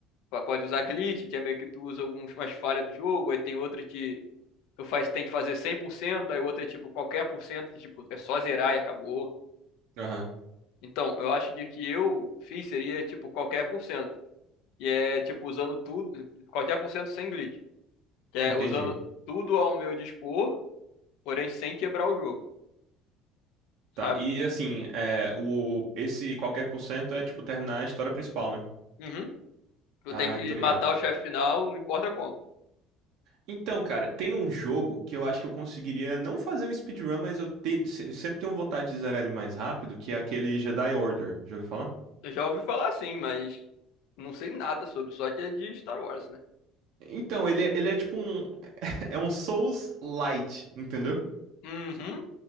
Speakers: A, on the left; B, on the right.
A: pa- pode usar glitch, que é meio que tu usa algumas falhas do jogo, aí tem outra que tu faz, tem que fazer 100%. aí outra é tipo qualquer por cento, que tipo, é só zerar e acabou.
B: Aham,
A: Então, eu acho que o que eu fiz seria tipo qualquer por cento, que é tipo usando tudo, qualquer por cento sem glitch. Que é
B: entendi.
A: usando tudo ao meu dispor, porém sem quebrar o jogo,
B: Tá,
A: sabe?
B: e assim, é, o, esse qualquer por cento é tipo terminar a história principal, né?
A: Uhum. Tu
B: Ah,
A: tem que
B: tô ligado.
A: matar o chefe final, não importa como.
B: Então, cara, tem um jogo que eu acho que eu conseguiria não fazer um speedrun, mas eu te- se- sempre tenho vontade de zerar ele mais rápido, que é aquele Jedi Order. Já ouviu falar?
A: Eu já ouvi falar assim, mas não sei nada sobre, só que é de Star Wars, né?
B: Então, ele, é- ele é tipo um. <laughs> É um Souls Lite, entendeu?
A: Uhum.